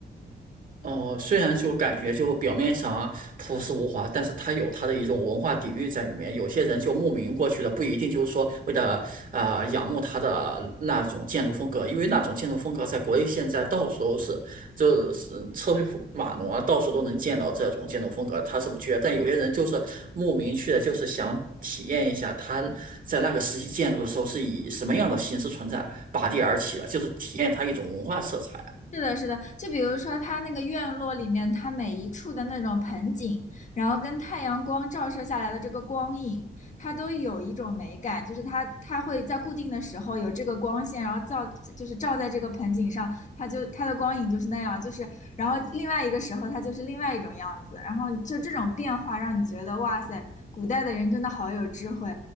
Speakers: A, on the right; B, on the left.
A: 哦，虽然就感觉就表面上啊朴实无华，但是它有它的一种文化底蕴在里面。有些人就慕名过去的，不一定就是说为了啊、呃仰慕它的那种建筑风格，因为那种建筑风格在国内现在到处都是，就是车水马龙啊，到处都能见到这种建筑风格，他是不缺。但有些人就是慕名去的，就是想体验一下他在那个时期建筑的时候是以什么样的形式存在，拔地而起的，就是体验它一种文化色彩。
B: 是的，是的，就比如说它那个院落里面，它每一处的那种盆景，然后跟太阳光照射下来的这个光影，它都有一种美感，就是它它会在固定的时候有这个光线，然后照就是照在这个盆景上，它就它的光影就是那样，就是然后另外一个时候它就是另外一种样子，然后就这种变化让你觉得哇塞，古代的人真的好有智慧，